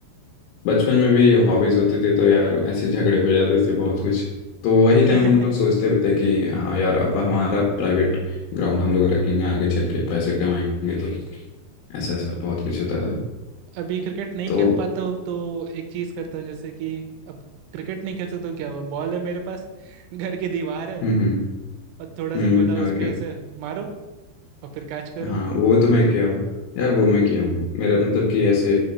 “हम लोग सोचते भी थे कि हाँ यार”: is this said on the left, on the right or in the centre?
Left